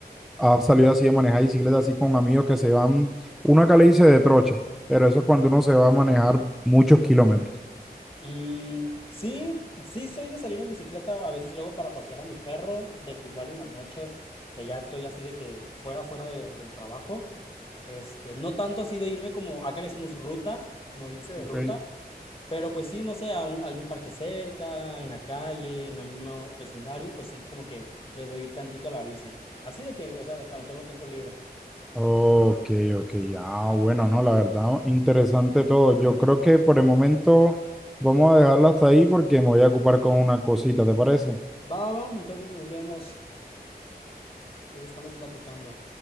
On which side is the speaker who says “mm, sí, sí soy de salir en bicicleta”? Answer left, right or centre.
Left